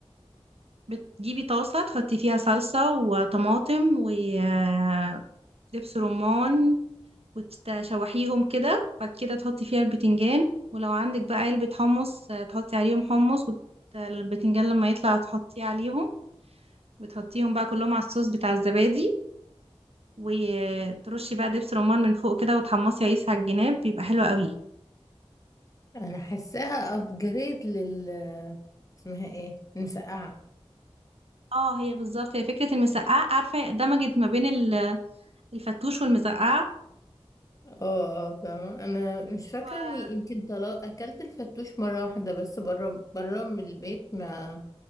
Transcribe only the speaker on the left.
انا حاساها ابجريد لل اسمها ايه المسقعة
اه اه فاهمة انا مش فاكرة
اني
يمكن طلع اكلت الفتوش مرة واحدة بس برا برا من البيت ما